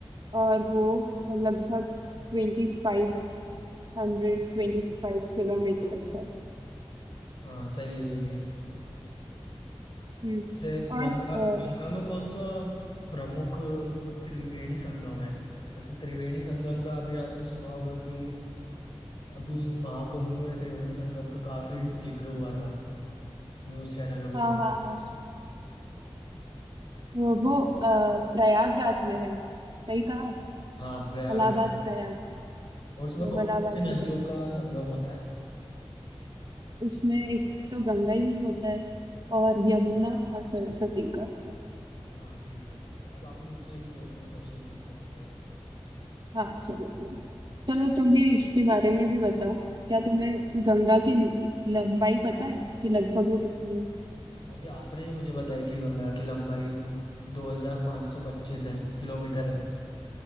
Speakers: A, on the right (about 45°); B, on the left (about 50°).
A: और वो लगभग twenty five hundred twenty five kilometres है
B: हाँ सही है ये भी
A: हम्म
B: से
A: और
B: गंगा
A: अ,
B: गंगा में कौन सा प्रमुख त्रिवेणी संगम है वैसे त्रिवेणी संगम का अभी आपने सुना होगा कि अभी महाकुंभ में त्रिवेणी संगम का काफी जिक्र हुआ था न्यूज चैनलों के
A: हाँ
B: द्वारा
A: हाँ हाँ वो वो, अ, प्रयागराज में है सही कहा
B: हाँ प्रयागराज
A: इलाहाबाद
B: में
A: प्रयाग
B: और उसमें
A: तो
B: कौन
A: इलाहाबाद
B: कौन सी नदियों
A: से चला
B: का संगम होता है
A: उसमें एक तो गंगा ही होता है और यमुना और सरस्वती का होता है
B: हाँ ठीक है ठीक है अब आप मुझसे भी दो तीन क्वेश्चन पूछ सकते हो
A: हाँ चलो चलो चलो तुम भी इसके बारे में भी बताओ क्या तुम्हें गंगा की लंबाई पता है कि लगभग वो कितनी
B: अभी आपने ही मुझे बताया कि गंगा की लंबाई 2525 है किलोमीटर है